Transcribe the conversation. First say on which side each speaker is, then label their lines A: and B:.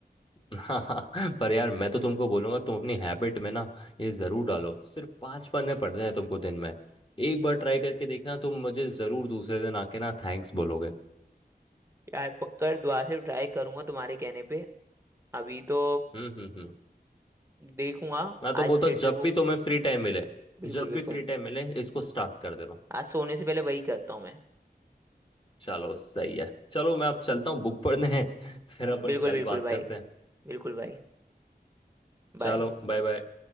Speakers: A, on the left; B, on the right.
A: हाँ हाँ, <laughs> पर यार मैं तो तुमको बोलूंगा तुम अपनी हैबिट में ना ये जरूर डालो सिर्फ पांच पन्ने पढ़ने हैं तुमको दिन में एक बार ट्राई करके देखना तुम मुझे जरूर दूसरे दिन आके ना थैंक्स बोलोगे
B: यार पक्का दुआ से ट्राई करूंगा तुम्हारे कहने पे अभी तो
A: हम्म हम्म हम्म
B: देखूंगा
A: मैं तो
B: आज
A: बोलता
B: फिर
A: हूँ जब
B: से वो
A: भी तुम्हें फ्री टाइम मिले
B: बिल्कुल
A: जब
B: बिल्कुल
A: भी फ्री टाइम मिले इसको स्टार्ट कर देना
B: आज सोने से पहले वही करता हूँ मैं
A: चलो सही है चलो मैं अब चलता हूँ बुक पढ़ने हैं, फिर अपन
B: बिल्कुल
A: कल
B: बिल्कुल
A: बात
B: भाई
A: करते हैं
B: बिल्कुल भाई बाय
A: चलो बाय बाय